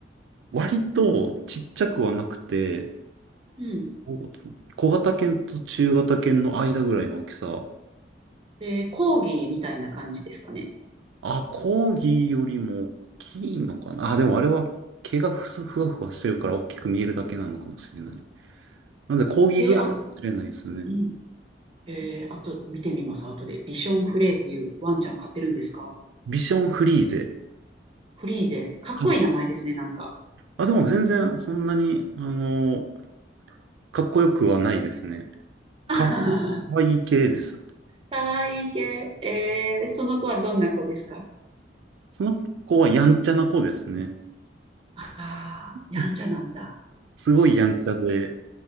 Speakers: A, on the right; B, on the right.
A: 割とちっちゃくはなくて、
B: うん。
A: こ小型犬と中型犬の間ぐらいの大きさ。
B: えー、講義みたいな感じですかね。
A: あ、コーギーよりも大きいのかな。あ、でもあれは毛がふすふわふわしてるから大きく見えるだけなのかもしれない。なんでコーギーぐらいかもしれないですね。
B: えーあ、うん。えーあと、見てみます。後で。ビションフレーっていうワンちゃん飼ってるんですか
A: ビションフリーゼ。
B: フリーゼ。かっこいい名前ですね、
A: はい。
B: なんか。
A: あ、でも全然そんなに、あの、かっこよくはないですね。
B: <laughs>
A: かわいかわいい系です。
B: かわいい系。えー、その子はどんな子ですか
A: その子はやんちゃな子ですね。
B: ああー、
A: うん
B: やんちゃなんだ。
A: すごいやんちゃで、